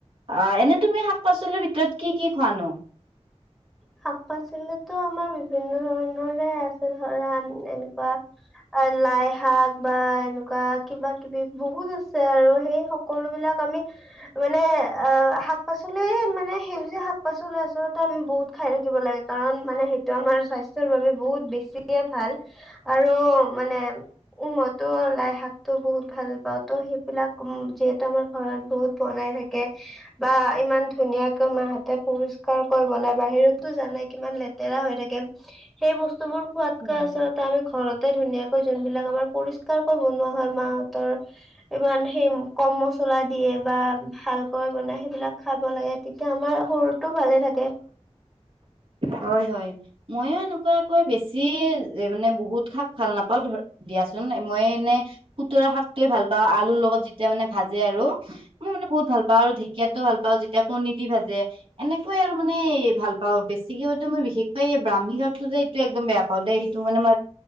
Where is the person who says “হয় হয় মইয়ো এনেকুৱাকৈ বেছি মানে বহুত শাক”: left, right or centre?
Right